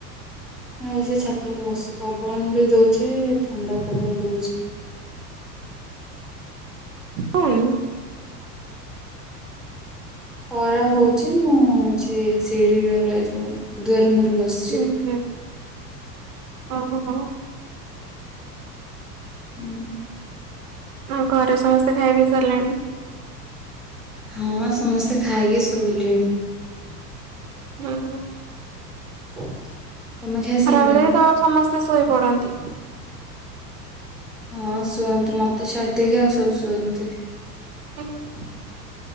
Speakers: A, in the centre; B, on the right.
A: ମୁଁ ସେ ଛାତ ଉପରେ ବସି ପବନ ବି ଦଉଚି ଥଣ୍ଡା ପବନ ଦଉଚି।
B: <inaudible>
A: ଖରା ହଉଚି ମୁଁ ଯେ ସିଢି ଘରେ ଯୋଉ ଦୁଆରେ ମୁହଁରେ ବସ
B: ଉ ହୁଁ ଓହୋ।
A: ହୁଁ।
B: ହଁ ଘରେ ସମସ୍ତେ ଖାଇ ପିଇ ସାରିଲେଣି।
A: ହଁ ସମସ୍ତେ ଖାଇକି ଶୋଇଲେଣି।
B: ନାଁଇ ମ।
A: <unintelligible> ଖାଇସାରିଲଣି?
B: ଖରାବେଳେ ବି ତମ ସମସ୍ତେ ଶୋଇପଡନ୍ତି?
A: ହଁ ଶୁଅନ୍ତି ମତେ ଛାଡିଦେଇକି ଆଉ ସବୁ ଶୁଅନ୍ତି।
B: <unintelligible>